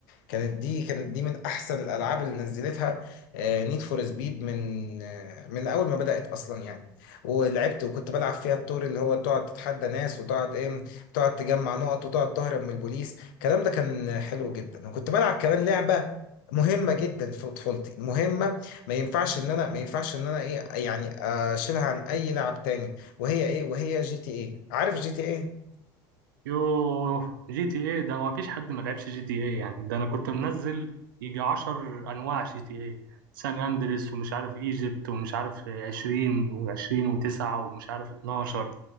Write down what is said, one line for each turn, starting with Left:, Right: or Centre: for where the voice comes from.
Left: كانت دي كانت دي من احسن الالعاب اللي نزلتها نيد فور سبيد من آه، من اول ما بدات اصلا يعني ولعبت وكنت بلعب فيها الدور اللي هو تقعد تتحدى ناس وتقعد ايه تقعد تجمع نقط وتقعد تهرب من البوليس الكلام ده كان حلو جدا وكنت بلعب كمان لعبه مهمه جدا في طفولتي مهمه ما ينفعش ان انا ما ينفعش ان انا ايه يعني اشيلها عن اي لعب تاني وهي ايه وهي جي تي ايه عارف جي تي ايه
Right: يوه جي تي ايه ده ما فيش حد ما لعبش جي تي ايه يعني ده انا كنت منزل يجي عشر انواع جي تي ايه سان اندريس ومش عارف ايجيبت ومش عارف عشرين وعشرين وتسعة ومش عارف اتناشر